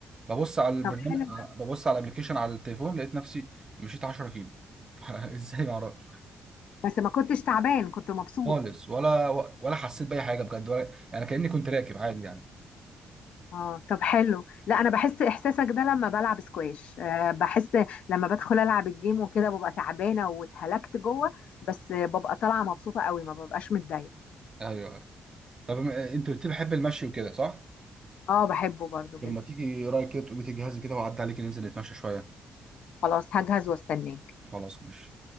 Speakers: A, on the right; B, on the left.
A: ببص على البرنامج
B: طب حلو
A: آه، ببص على الابلكيشن على التليفون لقيت نفسي مشيت 10 كيلو <laughs> ازاي ما اعرفش
B: بس ما كنتش تعبان كنت مبسوط
A: خالص ولا ولا حسيت باي حاجه بجد ولا يعني كاني كنت راكب عادي يعني
B: اه طب حلو لا انا بحس احساسك ده لما بلعب سكواش أه بحس لما بدخل العب الجيم وكده ببقى تعبانه واتهلكت جوه بس ببقى طالعه مبسوطه قوي ما ببقاش متضايقه
A: ايوه أيوة. طب آه، انت قلت لي بحب المشي وكده صح؟
B: اه بحبه برضو جدا
A: لما تيجي رايك كده تقومي تجهزي كده وأعدي عليك ننزل نتمشى شويه
B: خلاص هجهز واستناه
A: خلاص ماشي